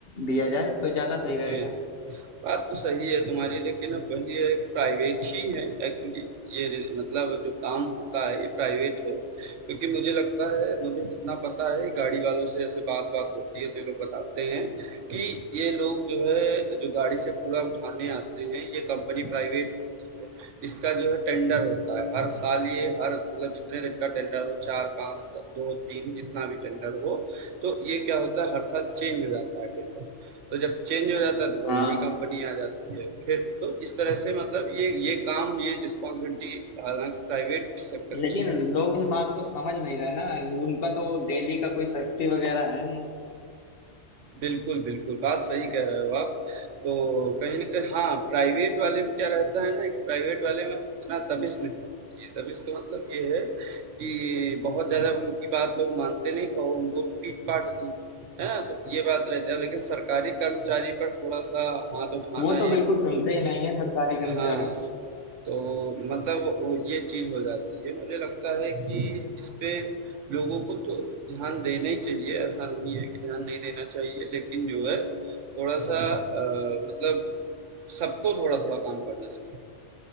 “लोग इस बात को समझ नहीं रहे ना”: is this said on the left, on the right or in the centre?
Left